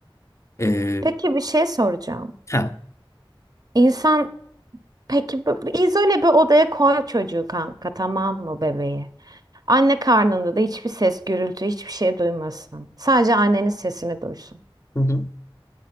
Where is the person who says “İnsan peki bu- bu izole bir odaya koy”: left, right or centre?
Right